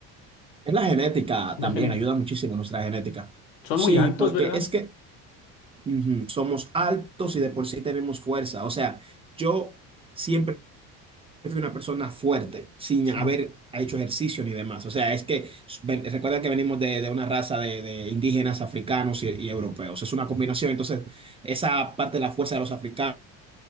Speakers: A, on the right (about 20°); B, on the left (about 75°).
A: Es la genética
B: La
A: también,
B: gente.
A: ayuda muchísimo nuestra genética.
B: Son
A: Sí,
B: muy altos,
A: porque
B: ¿verdad?
A: es que Ujú, Somos altos y de por sí tenemos fuerza. O sea, yo siempre fui una persona fuerte, sin
B: Sí,
A: haber hecho ejercicio ni demás. O sea, es que ven- recuerda que venimos de, de una raza de, de indígenas africanos y, y europeos. Es una combinación. Entonces, esa parte de la fuerza de los africanos